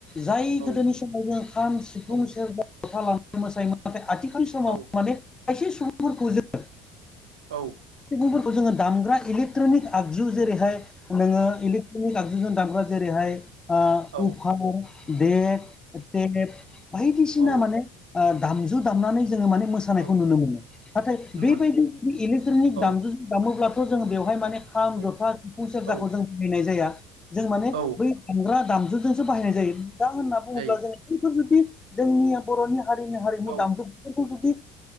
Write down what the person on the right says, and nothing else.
औ
औ
औ
औ।
औ
औ
औ
मोन
औ
औ
औ
औ
जायो
औ